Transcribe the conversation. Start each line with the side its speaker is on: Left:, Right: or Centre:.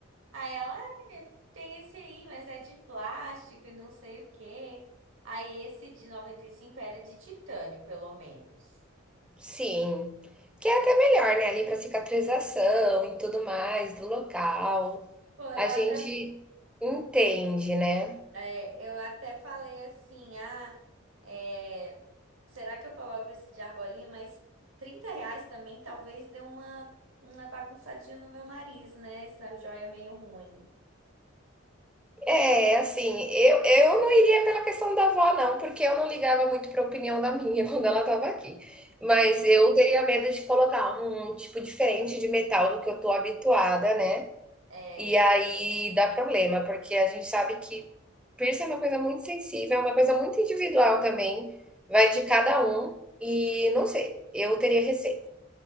Right: Aí ela, "É, tem esse aí, mas é de plástico e não sei o quê. Aí esse de 95 era de titânio, pelo menos.
Centre: sim. Que é até melhor, né, ali para cicatrização e tudo mais do local.
Right: Pô, eu
Centre: A gente
Right: até,
Centre: entende, né?
Right: é, eu até falei assim, ah, é, será que eu coloco esse de argolinha? Mas 30 reais também talvez dê uma, uma bagunçadinha no meu nariz, né? Essa joia meio ruim.
Centre: É, assim, eu, eu não iria pela questão da avó, não, porque eu não ligava muito para a opinião da minha <laughs> quando ela estava aqui. Mas eu teria medo de colocar um tipo diferente de metal do que eu tô habituada, né?
Right: É,
Centre: E aí dá problema, porque a gente sabe que piercing é uma coisa muito sensível, é uma coisa muito individual também, vai de cada um, e não sei, eu teria receio.